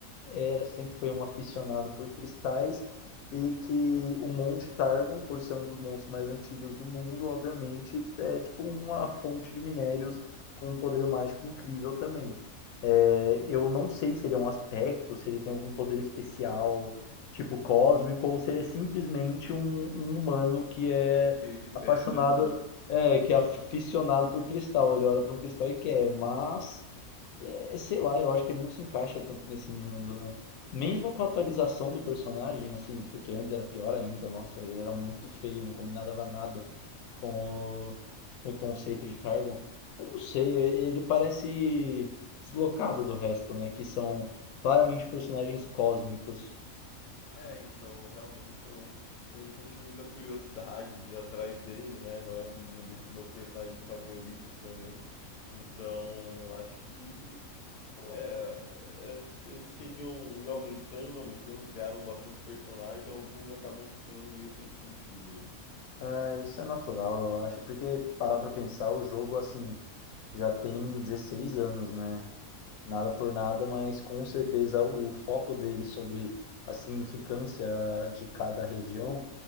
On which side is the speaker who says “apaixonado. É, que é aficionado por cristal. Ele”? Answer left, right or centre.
Left